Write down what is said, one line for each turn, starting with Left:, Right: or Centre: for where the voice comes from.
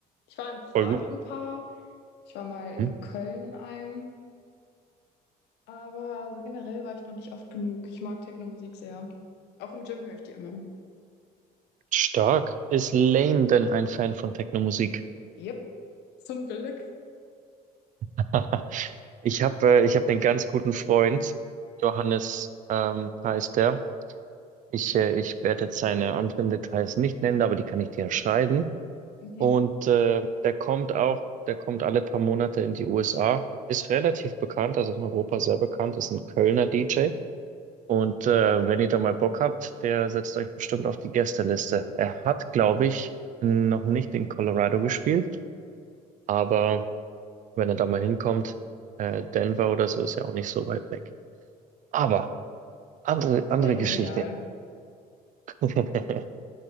Left: Ich war in Prag
Right: voll gut.
Left: in ein paar, ich war mal in
Right: Mhm.
Left: Köln in einem, aber so generell war ich noch nicht oft genug. Ich mag Techno-Musik sehr. Auch im Gym höre ich die immer.
Right: Stark. Ist Lane denn ein Fan von Techno-Musik?
Left: Yep, zum Glück.
Right: <laughs> Ich habe äh, ich hab einen ganz guten Freund, Johannes ähm, heißt er. Ich, äh, ich werde jetzt seine anderen Details nicht nennen, aber die kann ich dir ja schreiben.
Left: Mhm.
Right: Und äh, der kommt auch, der kommt alle paar Monate in die USA, ist relativ bekannt, also in Europa sehr bekannt, ist ein Kölner DJ. Und äh, wenn ihr da mal Bock habt, der setzt euch bestimmt auf die Gästeliste. Er hat, glaube ich, noch nicht in Colorado gespielt, aber wenn er da mal hinkommt. Äh, Denver oder so ist ja auch nicht so weit weg. Aber andere,
Left: Das
Right: andere
Left: wäre genial.
Right: Geschichte. <laughs>